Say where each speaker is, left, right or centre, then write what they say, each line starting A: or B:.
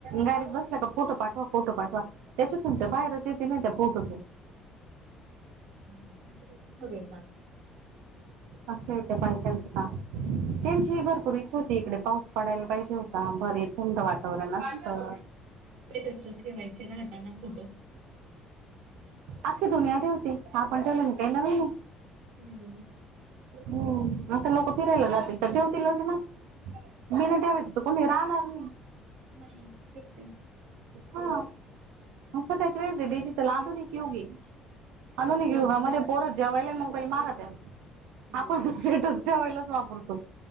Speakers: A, on the right (about 85°); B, on the right (about 60°).
A: गांडीत बसल्यां
B: हम्म.
A: कां फोटो पाठवा फोटो पाठवा त्यांच्यातून त्यां बाहेरचं येते नाहीं त्यां फोटोतूंन
B: त्यांच्या हवे
A: असं आहे त्यांया बायकांचं कामं त्यांची भरंपूर ईच्छा होती इकडे पाऊस पडांयला पाहिजे होतां भारी थंड वातांवरण असतं
B: पेट असतो ठेवांयचे राहतांना फोटो
A: आंख्खी दुनियां ठेवती हां आपणं ठेवलं तरं नं कायं नवीन आहे
B: हम्मं
A: हम्मं आंता लोकं फिरांयला जातील तरं ठेवतीलचं नां मगं बिनां ठेवायचं तरं कोणी राहणांर नाहीं
B: नाहीं ईथ फिरत आहे
A: हां संध्या क्रेज
B: हम्म.
A: आहे डिजिटंल आधुनिक युगी आधुनिक
B: हो
A: युगां
B: हो.
A: मध्यें पोरं जेवांयला मोबाईल मागं त्यां
B: हो.
A: आपणंतो स्टेटंस ठेवायलांच वापरतो